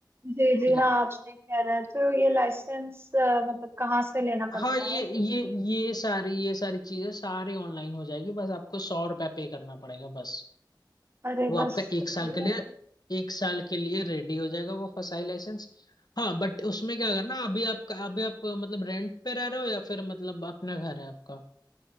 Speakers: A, on the right (about 30°); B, on the left (about 60°).
A: जी जी
B: ठीक
A: हाँ
B: है।
A: आप सही कह रहे हैं तो ये लाइसेंस मतलब कहाँ से लेना पड़ता
B: हाँ ये
A: है
B: ये ये सारी ये सारी चीजें सारी ऑनलाइन हो जाएगी बस आपको सौ रुपया पे करना पड़ेगा बस
A: अरे
B: वो आपका
A: बस
B: एक
A: तो बढ़िया
B: साल के लिए
A: है।
B: एक साल के लिए रेडी हो जाएगा वो फसाई लाइसेंस हाँ बट उसमें क्या करना अभी आप अभी आप मतलब रेंट पे रह रहे हो या फिर मतलब अपना घर है आपका